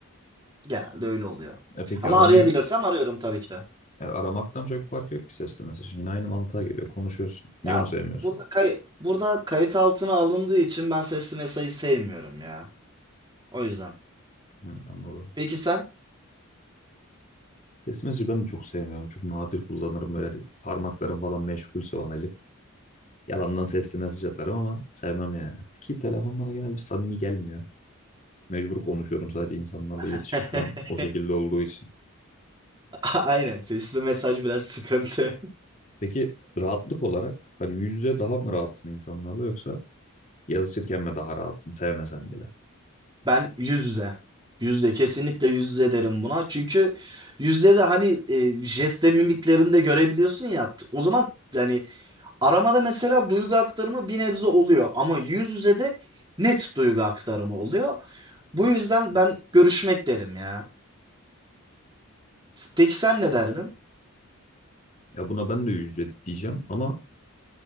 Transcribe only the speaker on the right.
genelde öyle oluyor.
Ama
arayabilirsem arıyorum tabii ki de.
Ya
burada kay burada kayıt altına alındığı için ben sesli mesajı sevmiyorum ya. O yüzden.
Peki sen?
<laughs>
Aynen sesli mesaj biraz sıkıntı.
Ben yüz yüze. Yüz yüze. Kesinlikle yüz yüze derim buna. Çünkü yüz yüze de hani e, jest ve mimiklerini de görebiliyorsun ya. T- O zaman yani aramada mesela duygu aktarımı bir nebze oluyor. Ama yüz yüze de net duygu aktarımı oluyor. Bu yüzden ben görüşmek derim ya. Peki sen ne derdin?